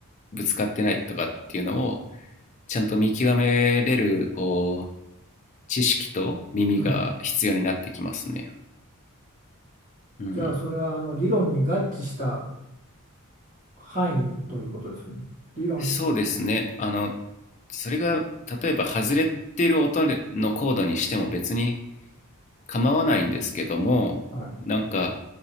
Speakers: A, on the left; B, on the right.
A: ぶつかってないとかっていうのをちゃんと見極めれるこう知識と耳が必要になってきますね。
B: う。うん。
A: うん、
B: じゃあ、それはあの理論に合致した範囲ということですね。理論。
A: そうですねあのそれが例えば外れてる音のコードにしても別に構わないんですけどもなんか
B: はい。